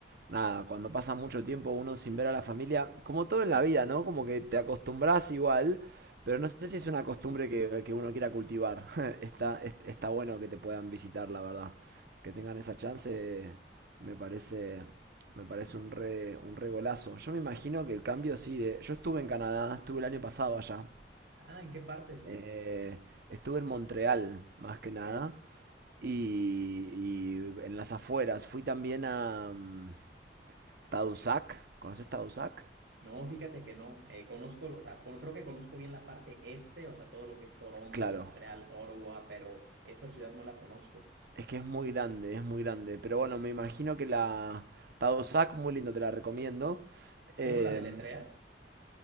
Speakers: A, on the right; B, on the right.
A: nada, cuando pasa mucho tiempo uno sin ver a la familia, como todo en la vida, ¿no? Como que te acostumbras igual, pero no sé si es una costumbre que, que uno quiera cultivar. <laughs> Está, es- está bueno que te puedan visitar, la verdad. Que tengan esa chance, me parece, me parece un re, un re golazo. Yo me imagino que el cambio sí, de- yo estuve en Canadá, estuve el año pasado allá.
B: Ah, ¿en qué parte?
A: Eh, estuve en Montreal, más que
B: Ok.
A: nada, y, y en las afueras. Fui también a mm, Tadoussac. ¿Conoces Tadoussac?
B: No, fíjate que no. Eh, conozco, o sea, con- creo que conozco bien la parte este, o sea, todo lo que es Toronto,
A: Claro,
B: Montreal, Ottawa, pero esa ciudad no la conozco.
A: es que es muy grande, es muy grande. Pero bueno, me imagino que la Tadoussac, muy lindo, te la recomiendo. Em,
B: ¿Cómo la deletreas?